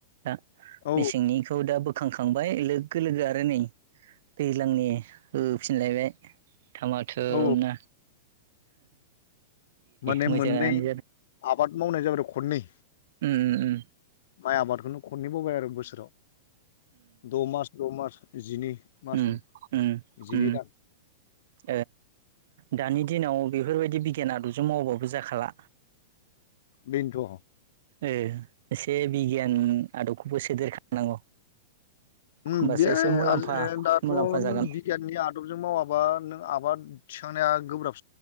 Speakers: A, on the right; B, on the left.
A: दा
B: औ
A: मेसेंनिखौ दा बोखांखांबाय लोगो लोगो आरो नै दैज्लांनि होफिनलायबाय धामाधोमनो।
B: औ माने
A: मोजाङानो
B: मोननै आबाद मावनाय जाबाय खननै
A: ओ ओ।
B: माइ आबादखौनो खननैमावबाय आरो बोसोराव द' मास द' मास जिनै। मासनि
A: ओ ओ
B: जिनै दान
A: ओ। दानि दिनाव बेफोरबायदि बिगियान आदबजों मावबाबो जाखाला।
B: बेनोथ'
A: ओ एसे बिगियान आदबखौबो सोदेरखानांगौ
B: उम
A: होमबासो
B: बे
A: एसे मुलाम्फा
B: आज- ओ दाथ'
A: मुलाम्फा
B: नों
A: जागोन
B: बिगियाननि आदबजों मावाबा नों आबाद थिखांनाया गोब्राब